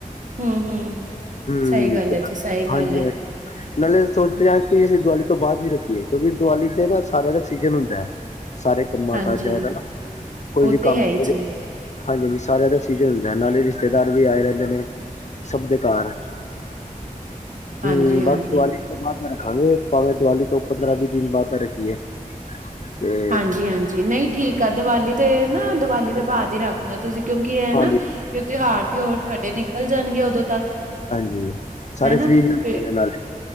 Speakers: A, on the right; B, on the left.
A: ਹੂੰ-ਹੂੰ।
B: ਹੂੰ,
A: ਸਹੀ ਗੱਲ ਹੈ ਜੀ ਸਹੀ ਗੱਲ
B: ਹਾਂਜੀ
A: ਹੈ
B: ਹਾਂ ਨਾਲੇ ਸੋਚਦੇ ਆਂ ਕਿ ਅਸੀਂ ਦੀਵਾਲੀ ਤੋਂ ਬਾਦ ਈ ਰੱਖੀਏ ਕਿਉਂਕਿ ਦੀਵਾਲੀ ਦੇ ਨਾ ਸਾਰਿਆਂ ਦਾ ਸੀਜਨ ਹੁੰਦਾ ਐ। ਸਾਰੇ ਕੰਮਾਂ
A: ਹਾਂਜੀ
B: ਕਾਜ਼ਾ ਦਾ ਨਾ ਕੋਈ
A: ਉਹ
B: ਵੀ
A: ਤੇ
B: ਕੰਮ
A: ਹੈ ਹੀ
B: ਅੱਜੇ
A: ਜੀ
B: ਹਾਂਜੀ-ਹਾਂਜੀ, ਸਾਰਿਆਂ ਦਾ ਸਿਜ਼ਨ ਹੁੰਦਾ ਐ ਨਾਲੇ ਰਿਸ਼ਤੇਦਾਰ ਵੀ ਆਏ ਰਹਿੰਦੇ ਨੇ। ਸਭ ਦੇ ਘਰ
A: ਹਾਂਜੀ-ਹਾਂਜੀ
B: ਹੂੰ, ਬਸ ਦੀਵਾਲੀ ਬਾਦ ਦਾ ਰੱਖਾਂਗੇ ਭਾਵੇਂ ਦੀਵਾਲੀ ਤੋਂ ਪੰਦਰਾਂ-ਵੀਹ ਦਿਨ ਬਾਦ ਨਾ ਰੱਖੀਏ। ਤੇ
A: ਹਾਂਜੀ-ਹਾਂਜੀ, ਨਹੀਂ ਠੀਕ ਆ ਦੀਵਾਲੀ ਦੇ ਨਾ, ਦੀਵਾਲੀ ਦੇ ਬਾਦ ਈ ਰੱਖ ਨਾ ਤੁਸੀਂ ਕਿਉਂਕਿ ਐ ਨਾ
B: ਹਾਂਜੀ
A: ਤਿਉਹਾਰ ਤਯੋਰ ਤੁਹਾਡੇ ਨਿਕਲ ਜਾਨਗੇ ਉਦੋਂ ਤੱਕ।
B: ਹੂੰ, ਸਾਰੇ
A: ਹਨਾ
B: ਫ੍ਰੀ ਵੀ ਹੁੰਦੇ
A: ਫਿਰ
B: ਨੇ। ਨਾਲ